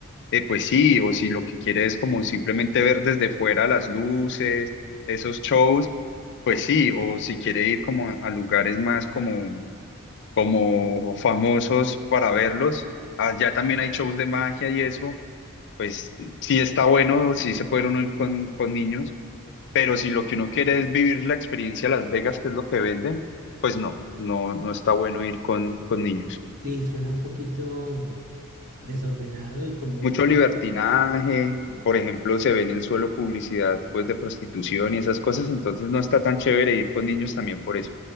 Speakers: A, on the left; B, on the right.
A: eh, pues sí, o si lo que quiere es como simplemente ver desde fuera las luces, esos shows, pues sí, o si quiere ir como a, a lugares más como, como famosos para verlos, allá también hay shows de magia y eso pues sí está bueno, sí se puede uno ir con, con niños, pero si lo que uno quiere es vivir la experiencia Las Vegas, que es lo que venden, pues no, no, no está bueno ir con, con niños.
B: Sí, suena un poquito desordenado y como
A: Mucho
B: este,
A: libertinaje,
B: y,
A: por ejemplo, se ve en el suelo publicidad pues de prostitución y esas cosas, entonces no está tan chévere ir con niños también por eso.